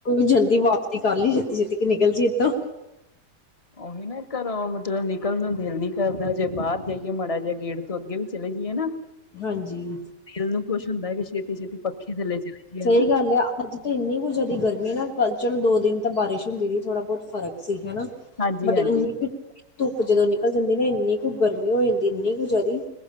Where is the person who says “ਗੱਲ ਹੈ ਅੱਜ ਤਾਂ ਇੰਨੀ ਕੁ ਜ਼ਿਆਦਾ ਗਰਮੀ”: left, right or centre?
Left